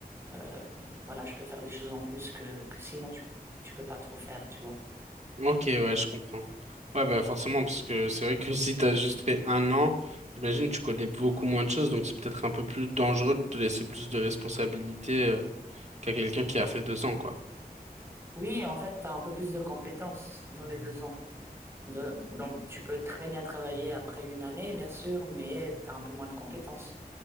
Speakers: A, on the right; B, on the right.
A: Euh, voilà, je peux faire des choses en plus que, que sinon tu, tu peux pas trop faire, tu vois.
B: Ok, ouais, je comprends. Ouais, bah forcément, parce que c'est vrai que <laughs> si t'as juste fait un an, j'imagine tu connais beaucoup moins de choses, donc c'est peut-être un peu plus dangereux de te laisser plus de responsabilités euh, qu'à quelqu'un qui a fait deux ans, quoi.
A: Oui, en fait, tu as un peu plus de compétences dans les deux ans. De- donc, tu peux très bien travailler après une année, bien sûr, mais tu as un peu moins de compétences.